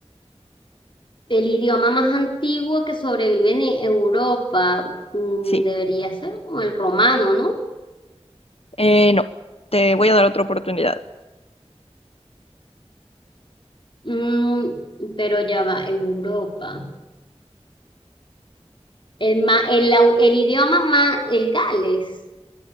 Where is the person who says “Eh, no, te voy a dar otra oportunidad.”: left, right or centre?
Left